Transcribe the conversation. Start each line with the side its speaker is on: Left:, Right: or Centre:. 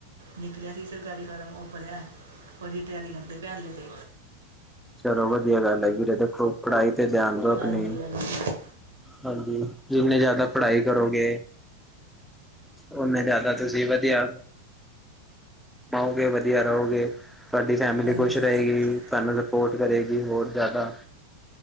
Right: ਨਿਕਲਿਆ ਸੀ। ਸਰਕਾਰੀ ਫਾਰਮ ਓ ਭਰਿਆ ਉਹਦੀ ਤਿਆਰੀ ਕਰਦੇ ਪਿਆ ਹਾਲੇ ਤੇ।
Centre: ਚਲੋ ਵਧੀਆ ਗੱਲ ਐ ਵੀਰੇ ਦੇਖੋ ਪੜ੍ਹਾਈ ਤੇ ਧਿਆਨ ਦਓ ਆਪਣੀ।
Right: ਹਾਂਜੀ ਹਾਂਜੀ
Centre: ਹਾਂਜੀ, ਜਿੰਨੀ ਜ਼ਿਆਦਾ ਪੜ੍ਹਾਈ ਕਰੋਗੇ। ਓ ਨੇ ਜ਼ਿਆਦਾ ਤੁਸੀਂ ਵਧੀਆ। ਕਮਾਔਰਗੇ ਵਧੀਆ ਰਹੋਗੇ ਤੁਹਾਡੀ ਫੈਮਿਲੀ
Right: ਹਾਂਜੀ
Centre: ਖੁਸ਼ ਰਹੇਗੀ
Right: ਹਾਂਜੀ
Centre: ਤੁਹਾਨੂੰ। ਸਪੋਰਟ ਕਰੇਗੀ ਹੋਰ ਜਿਆਦਾਦਾ